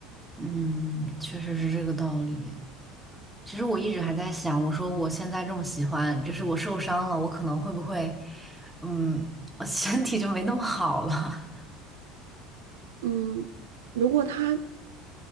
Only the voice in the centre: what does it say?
嗯，确实是这个道理。其实我一直还在想，我说我现在这么喜欢，就是我受伤了，我可能会不会，嗯，我身体就没那么好了。